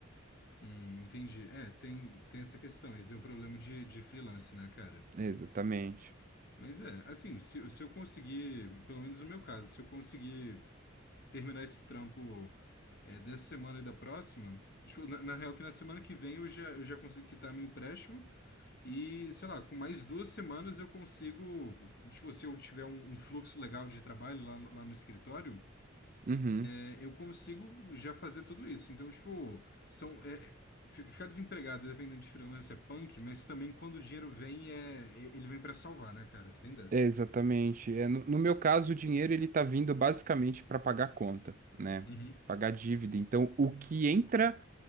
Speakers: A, on the left; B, on the right.
A: Hum, entendi. É, tem, tem essa questão. Esse é o problema de, de freelance, né, cara?
B: Exatamente.
A: Mas é, assim, se, se eu conseguir, pelo menos no meu caso, se eu conseguir terminar esse trampo é, dessa semana e da próxima, tipo, na, na real que na semana que vem eu já, eu já consigo quitar meu empréstimo E, sei lá, com mais duas semanas eu consigo, tipo, se eu tiver um, um fluxo legal de trabalho lá, no- lá no escritório,
B: Uhum.
A: é, eu consigo já fazer tudo isso. Então, tipo, são, é, é, fi- ficar desempregado, dependendo de freelancer, é punk, mas também quando o dinheiro vem, é, é- ele vem pra salvar, né, cara? Tem dessa.
B: É, exatamente. É, no, no meu caso, o dinheiro ele está vindo basicamente para pagar conta, né?
A: Uhum,
B: Pagar dívida. Então, o que entra,